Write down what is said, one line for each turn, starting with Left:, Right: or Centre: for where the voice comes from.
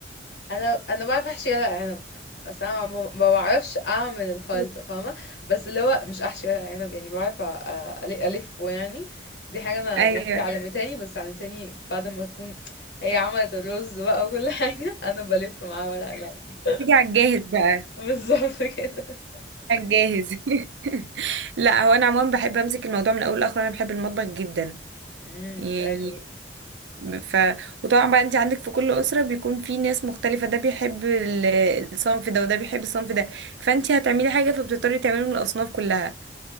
Left: أنا أنا باعرف أحشي ورق عنب، بس أنا ما ما بعرفش أعمل الخلطة
Right: <laughs>
Left: فاهمة؟ بس اللي هو مش أحشي ورق عنب يعني بعرف أ- أ- أل- ألفه يعني دي حاجة أنا
Right: أيوة
Left: مامتي علمتاني بس علمتاني بعد ما أكون هي عملت الرز بقى وكل <laughs> حاجة أنا بلف معاها ورق العنب
Right: بتيجي على الجاهز بقى
Left: بالظبط كده
Right: جاهز <laughs> لا هو انا عموما بحب امسك الموضوع من اول لاخر انا بحب المطبخ جدا
Left: امم
Right: يعني
Left: أيوه
Right: ف وطبعا بقى انت عندك في كل اسره بيكون في ناس مختلفه ده بيحب ال- الصنف ده وده بيحب الصنف ده فانت هتعملي حاجه فبتضطري تعملي من الاصناف كلها